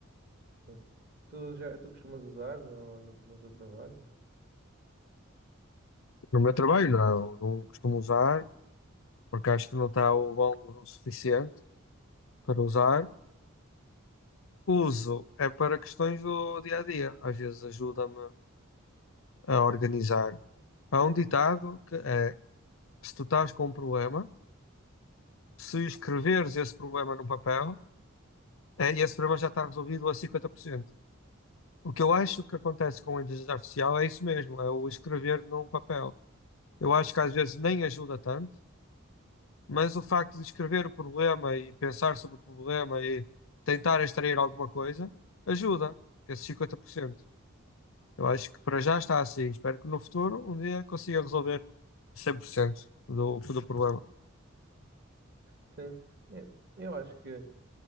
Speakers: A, on the right; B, on the left.
A: Sim. Tu já, tu costumas usar no, no, no teu trabalho?
B: No meu trabalho, não, não costumo usar, porque acho que não está o bom o suficiente para usar. Uso é para questões do dia a dia, às vezes ajuda-me a organizar. Há um ditado que é: se tu estás com um problema, se escreveres esse problema num papel, é, esse problema já está resolvido a 50%. O que eu acho que acontece com a inteligência artificial é isso mesmo, é o escrever num papel. Eu acho que às vezes nem ajuda tanto, mas o facto de escrever o problema e pensar sobre o problema e tentar extrair alguma coisa ajuda esses cinquenta por cento Eu acho que para já está assim. Espero que no futuro um dia consiga resolver 100% do, do problema.
A: Sim, eu eu acho que